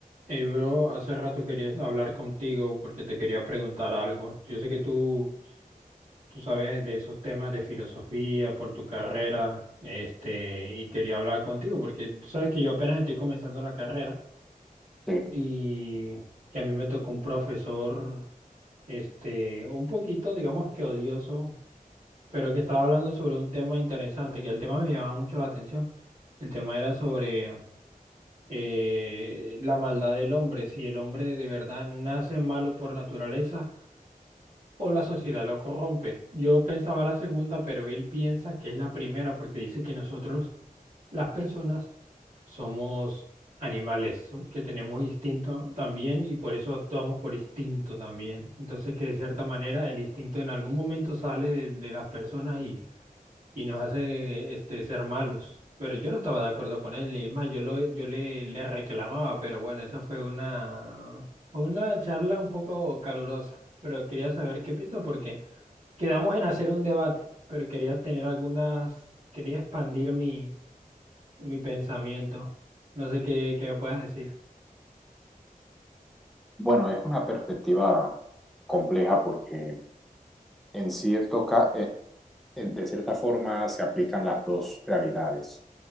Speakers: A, on the right; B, in the centre.
A: Hey, bro, hace rato quería hablar contigo porque te quería preguntar algo. Yo sé que tú, tú sabes de esos temas de filosofía por tu carrera, este, y quería hablar contigo porque tú sabes que yo apenas estoy comenzando la carrera
B: Sí,
A: y, y a mí me tocó un profesor, este, un poquito, digamos que odioso, pero que estaba hablando sobre un tema interesante, que el tema me llamaba mucho la atención. El tema era sobre eh, la maldad del hombre, si el hombre de verdad nace malo por naturaleza o la sociedad lo corrompe. Yo pensaba la segunda, pero él piensa que es la primera porque dice que nosotros, las personas, somos animales, so- que tenemos instinto también y por eso actuamos por instinto también. Entonces que de cierta manera el instinto en algún momento sale de, de las personas y nos hace este, ser malos. Pero yo no estaba de acuerdo con él, y es más, yo, lo, yo le, le reclamaba, pero bueno, esa fue una, una charla un poco calurosa, pero quería saber qué piensa porque quedamos en hacer un debate, pero quería tener algunas, quería expandir mi, mi pensamiento. No sé qué, qué me puedas decir.
B: bueno, es una perspectiva compleja porque en cierto ca- eh, eh, de cierta forma se aplican las dos realidades.